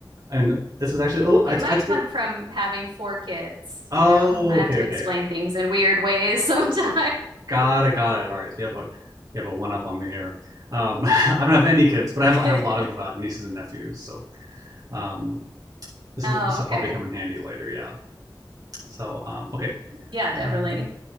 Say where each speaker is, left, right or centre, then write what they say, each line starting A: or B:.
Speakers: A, on the right; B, on the right.
A: And this is actually oh,
B: It
A: I,
B: might
A: I
B: come
A: but
B: from having four kids,
A: oh,
B: you know? I have
A: okay,
B: to
A: okay,
B: explain things in weird ways sometimes.
A: got it, got it. All right, so you have a you have a one up on me here. Um, <laughs> I don't have any kids, but I have
B: <laughs>
A: I have a lot of uh, nieces and nephews, so um, this
B: Oh,
A: will this will
B: okay.
A: probably come in handy later. Yeah. So um, okay,
B: Yeah,
A: um,
B: definitely.